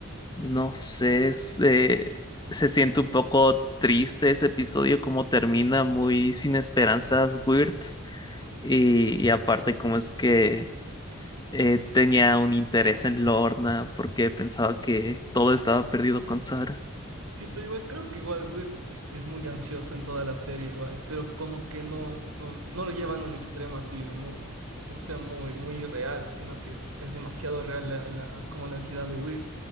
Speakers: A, on the left; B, on the right.
A: No sé, se, se siente un poco triste ese episodio, como termina muy sin esperanzas, Weird. Y, y aparte, como es que eh, tenía un interés en Lorna porque pensaba que todo estaba perdido con Sara.
B: Sí, pero igual creo que igual Weird es, es muy ansioso en toda la serie igual, pero como que no no, no lo llevan a un extremo así muy, o sea, muy muy irreal, sino que es, es demasiado real la, la- como la ansiedad de Weird,